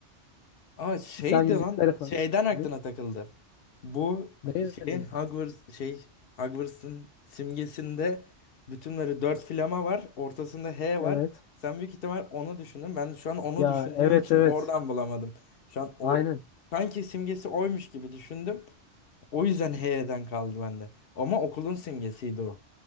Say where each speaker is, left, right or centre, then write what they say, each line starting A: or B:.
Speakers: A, on the left; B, on the left.
A: Aa şeydi
B: Sen yüzükler
A: lan.
B: falan.
A: Şeyden aklına
B: Ne?
A: takıldı. Bu
B: Ne? yani?
A: şeyin Hogwarts şey Hogwarts'ın simgesinde bütünleri dört flama var. Ortasında H
B: Evet.
A: var. Sen büyük ihtimal onu düşündün. Ben şu an onu
B: Ya
A: düşündüğüm
B: evet
A: için
B: evet.
A: oradan bulamadım. Şu an o
B: Aynen.
A: sanki simgesi oymuş gibi düşündüm. O yüzden H'den kaldı bende. Ama okulun simgesiydi o.